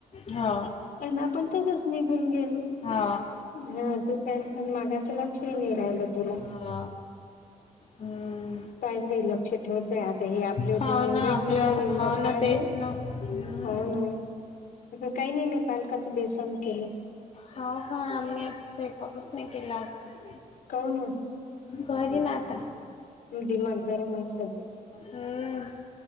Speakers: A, on the left; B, on the left.
A: हा
B: आणि आपण तसच निघून गेलो.
A: हा
B: हा ते पॅन पण मागाच लक्षही नाही राहिलं तुला.
A: हा हम्म.
B: पायच बाई लक्ष ठेवत जाय आता हे आपले होते
A: हाव
B: म्हणून
A: ना
B: भेटलं
A: आपलं
B: तरी, मग
A: हाव
B: काय
A: ना तेच
B: तर
A: ना हम्म
B: हो ना. काही नाही मी पालकाचं बेसन केलं.
A: हो हा आम्ही आज स्वयंपाकच नाही केला अजुन.
B: काऊन
A: करीन आता.
B: दिमाग गरम हाय सध्या.
A: हम्म.